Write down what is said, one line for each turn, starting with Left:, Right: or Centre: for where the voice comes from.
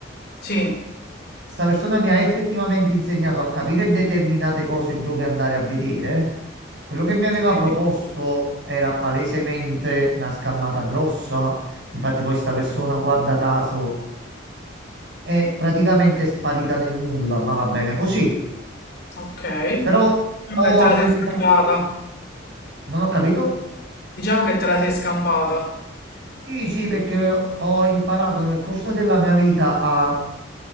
Left: Sì.
Right: sta persona mi ha effettivamente insegnato a capire determinate cose e dove andare a vedere. Quello che mi aveva
Left: Sì.
Right: proposto era palesemente una scammata grossa. Difatti, poi sta persona, guarda caso, è praticamente sparita nel nulla, ma va bene così.
Left: Ok.
Right: Però
Left: Diciamo
Right: ho
Left: che te
Right: applicato,
Left: la sei scampata.
Right: non ho capito?
Left: Diciamo che te la sei scampata.
Right: Sì, sì, perché ho imparato nel corso della mia vita a